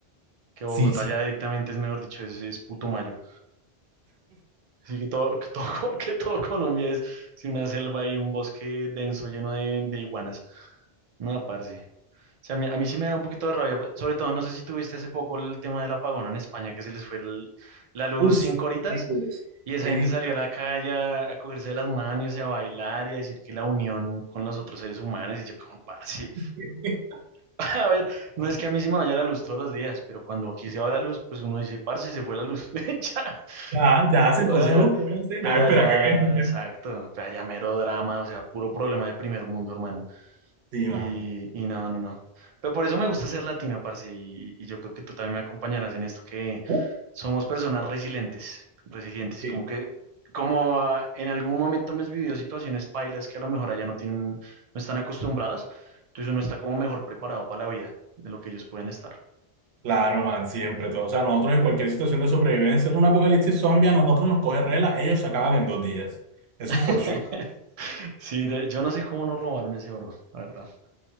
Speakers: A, on the right (about 50°); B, on the right (about 85°).
A: Que Bogotá
B: Sí, sí.
A: ya directamente es, mejor dicho, es, es Putumayo. Así que todo, que todo, <laughs> que todo Colombia es sí, una selva y un bosque denso lleno de, de iguanas. No, parce. O sea, a mí, a mí sí me da un poquito de rabia, sobre todo, no sé si tuviste hace poco el tema del apagón en España, que se les fue el- la luz
B: Uf,
A: cinco horitas
B: ridículos.
A: y esa
B: Ridículo.
A: gente salió a la calle a, a cogerse de las manos y a bailar y a decir que la unión con los otros seres humanos y yo como, parce,
B: <laughs>
A: <laughs> a ver, no es que a mí sí me vaya la luz todos los días, pero cuando aquí se va la luz, pues uno dice, parce, se fue la luz, <laughs> ya,
B: Ya, ya se
A: o
B: fue la
A: sea,
B: luz, voy a cenar,
A: pero
B: espera
A: allá,
B: que venga.
A: exacto, allá mero drama, o sea, puro problema de primer mundo, hermano.
B: Sí,
A: Y,
B: mano.
A: y no, no, no. Pero por eso me gusta ser latino, parce, y, y yo creo que tú también me acompañarás en esto, que
B: Uf,
A: somos personas resilientes, resilientes,
B: sí.
A: y como que, como ah, en algún momento hemos vivido situaciones pailas que a lo mejor allá no tienen, no están acostumbrados, entonces uno está como mejor preparado para la vida de lo que ellos pueden estar.
B: Claro, man, siempre todo. O sea, nosotros en cualquier situación de sobrevivencia, es un apocalipsis zombie, a nosotros nos coge rela, ellos se acaban en dos días. Eso
A: <laughs>
B: es for sure,
A: Sí, de- yo no sé cómo nos robaron ese oro, la verdad.